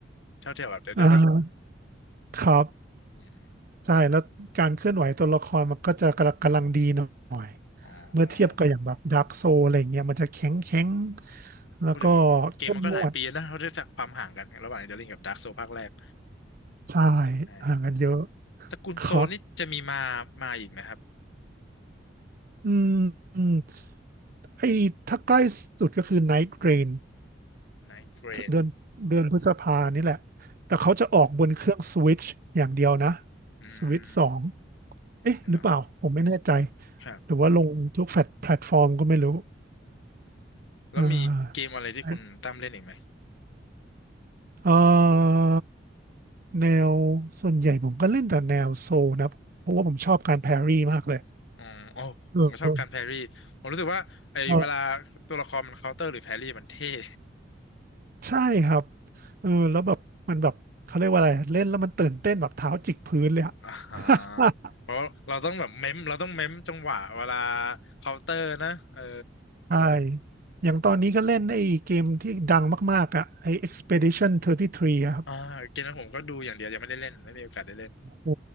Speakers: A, on the left; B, on the right.
A: เท่าเทียมกับเดลเดอร์ลิง
B: อ่าครับ
A: อืมอม
B: ใช่แล้วการเคลื่อนไหวตัวละครมันก็จะกำลังกำลังดีหน่อย
A: อ๋อ
B: เมื่อเทียบกับอย่างแบบด a r k กโซอะไรเงี้ยมันจะแข็งแข็งแล้วก็เข้มงวด
A: พูดถึงเกมมันก็หลายปีแล้วนะเราเรียกจากความห่างกันระหว่างเดลลิงกับดาร์กโซภาคแรก
B: ใช่
A: ใช่
B: ห่างกันเยอะ
A: ตระกูลโซนี่จะมีมามาอีกไหมครับ
B: ครับอืมอืมไอ้ถ้าใกล้สุดก็คือ Night Rain
A: ไนท์เกรน
B: เดือนเดือนพฤษภานี่แหละแต่เขาจะออกบนเครื่อง Switch อย่างเดียวนะ
A: อืม
B: Switch สองเอ๊ะหรือเปล่าผมไม่แน่ใจ
A: ไม่ต้องครับ
B: หรือว่าลงทุกแฟลตแพลตฟอร์มก็ไม่รู้
A: อืมแล้วมีเกมอะไรที่คุณตั้มเล่นอีกไหม
B: อ่า เอ่อแนวส่วนใหญ่ผมก็เล่นแต่แนวโซลนะเพราะว่าผมชอบการแพรรี่มากเลย
A: อ๋อ <laughs> อ๋อผมก็ชอบการแพรี่
B: เออเออ
A: ผมรู้สึกว่าไอ้เวลา
B: เออ
A: ตัวละครมันเคาน์เตอร์หรือแพรี่มันเท่ <laughs>
B: ใช่ครับเออแล้วแบบมันแบบเขาเรียกว่าอะไรเล่นแล้วมันตื่นเต้นแบบเท้าจิกพื้นเลยอะ
A: อ่าฮะ
B: <laughs>
A: เพราะเราต้องแบบเม้มเราต้องเม้มจังหวะเวลาเคาน์เตอร์นะ เออ
B: ใช่อย่างตอนนี้ก็เล่นไอ้เกมที่ดังมากๆอ่ะไอ้ Expedition 33อะครับ
A: อ่าเกมนั้นผมก็ดูอย่างเดียวยังไม่ได้เล่น ไม่มีโอกาสได้เล่น
B: โอ้